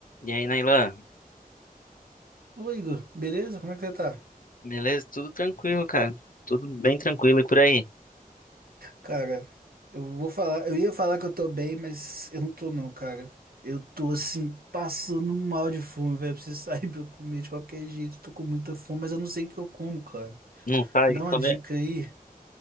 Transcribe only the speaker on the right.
Oi, Igor, beleza? Como é que você tá?
Cara, eu vou falar, eu ia falar que eu tô bem, mas eu não tô não, cara. Eu tô assim, passando mal de fome, velho. Preciso sair <laughs> pra eu comer de qualquer jeito. Tô com muita fome, mas eu não sei o que eu como, cara.
Me dá
uma dica aí.